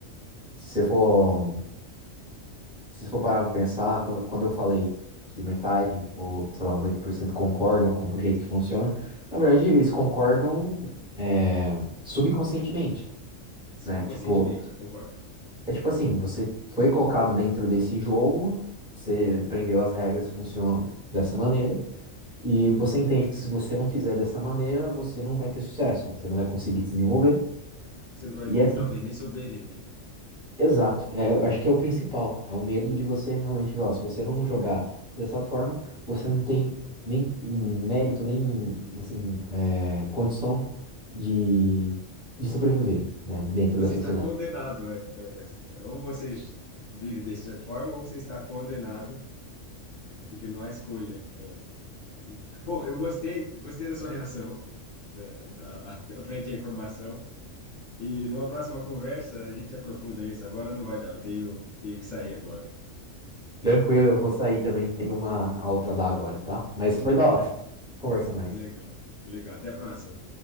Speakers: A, in the centre; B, on the left.
A: Se você for, se você for parar pra pensar, quando, quando eu falei que metade, ou sei lá, 90% concordam com o jeito que funciona, na verdade eles concordam é, subconscientemente,
B: subconscientemente,
A: né? Tipo,
B: concordo.
A: é tipo assim, você foi colocado dentro desse jogo, você aprendeu as regras, funcionam dessa maneira, e você entende que se você não fizer dessa maneira, você não vai ter sucesso, você não vai conseguir desenvolver.
B: Você não vai,
A: E é assim
B: talvez, nem sobreviver.
A: Exato, é, eu acho que é o principal, é o medo de você realmente, ó, se você não jogar dessa forma, você não tem nem mérito, nem assim, é, condição de, de sobreviver, né, dentro
B: Você
A: da sociedade.
B: está condenado, né? É, é, é, ou você vive dessa forma, ou você está condenado, porque não há escolha. É, é complicado. Bom, eu gostei, gostei da sua reação, da, da, <laughs> frente à informação. E numa próxima conversa a gente aprofunda isso. Agora não vai dar, eu tenho, tenho que sair agora.
A: Tranquilo, eu vou sair também, tenho uma aula para dar agora, tá? Mas foi da hora. A gente conversa mais.
B: Legal, legal. Até a próxima.